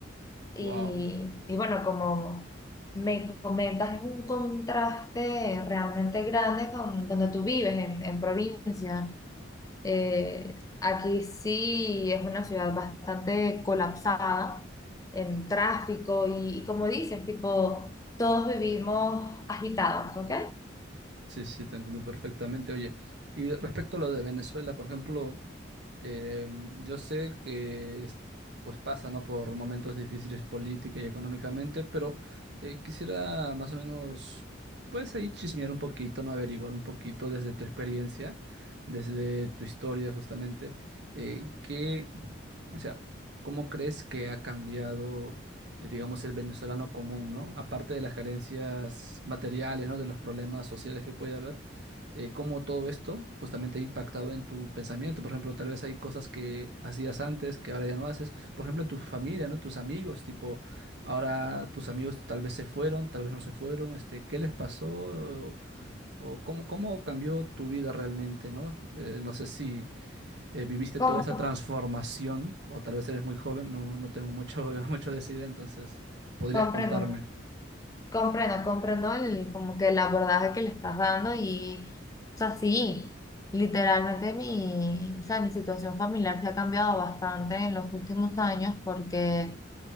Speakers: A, on the left (about 15°); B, on the right (about 60°).
A: Y,
B: Wow.
A: y bueno, como me comentas, es un contraste realmente grande con donde tú vives, en, en provincia. Eh, aquí sí es una ciudad bastante colapsada en tráfico y, y como dices, tipo, todos vivimos agitados, ¿ok?
B: Sí, sí, te entiendo perfectamente. Oye, y respecto a lo de Venezuela, por ejemplo, em, yo sé que es- pues pasa, ¿no? por momentos difíciles política y económicamente, pero eh, quisiera más o menos, pues ahí chismear un poquito, ¿no? Averiguar un poquito desde tu experiencia, desde tu historia justamente, eh, qué, o sea, ¿cómo crees que ha cambiado? eh, digamos, el venezolano común, ¿no? Aparte de las carencias materiales, ¿no? De los problemas sociales que puede haber, eh, cómo todo esto justamente ha impactado en tu pensamiento. Por ejemplo, tal vez hay cosas que hacías antes que ahora ya no haces. Por ejemplo, en tu familia, ¿no? Tus amigos, tipo, ahora tus amigos tal vez se fueron, tal vez no se fueron, este, ¿qué les pasó? O, o cómo, cómo cambió tu vida realmente, ¿no? Eh, no sé si eh, viviste
A: Com-
B: toda esa transformación, o tal vez eres muy joven, no, no tengo mucho, <laughs> mucho de esa idea, entonces podrías
A: comprendo,
B: contarme.
A: comprendo, comprendo el, como que el abordaje que le estás dando y, o sea, sí, literalmente mi, o sea, mi situación familiar se ha cambiado bastante en los últimos años porque...